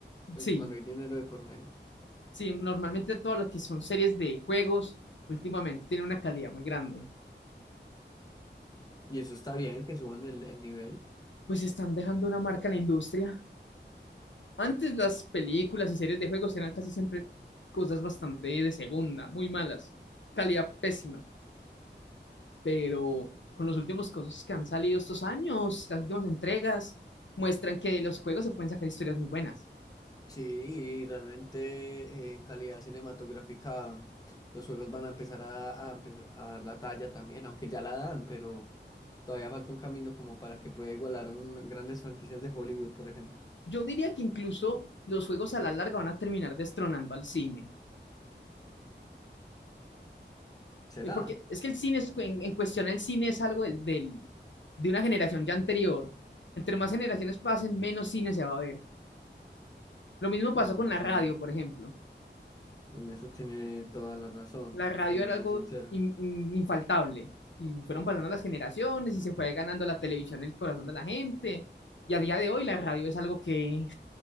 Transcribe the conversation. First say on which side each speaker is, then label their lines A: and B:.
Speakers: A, on the left; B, on the left.
A: pues
B: Sí,
A: cuando hay dinero de por medio.
B: sí, normalmente todas las que son series de juegos últimamente tienen una calidad muy grande.
A: Y eso está bien, que suban el, el nivel.
B: Pues están dejando una marca en la industria. Antes las películas y series de juegos eran casi siempre cosas bastante de segunda, muy malas, calidad pésima. pero con los últimos cosas que han salido estos años, las últimas entregas, muestran que de los juegos se pueden sacar historias muy buenas.
A: Sí, y realmente eh, en calidad cinematográfica los juegos van a empezar a, a empezar a dar la talla también, aunque ya la dan, pero todavía falta un camino como para que pueda igualar a un- grandes franquicias de Hollywood, por ejemplo.
B: Yo diría que incluso los juegos a la larga van a terminar destronando al cine,
A: ¿Será?
B: Eh, porque es que el cine, es- en, en cuestión el cine es algo del, del- de una generación ya anterior. Entre más generaciones pasen, menos cine se va a ver. Lo mismo pasó
A: Bueno,
B: con la
A: sí,
B: radio, por ejemplo.
A: en eso tiene toda la razón,
B: la radio
A: te le
B: era
A: soy
B: algo
A: sincero.
B: in- in- infaltable. Y fueron pasando las generaciones y se fue ganando la televisión el corazón de la gente. Y a día de hoy la radio es algo que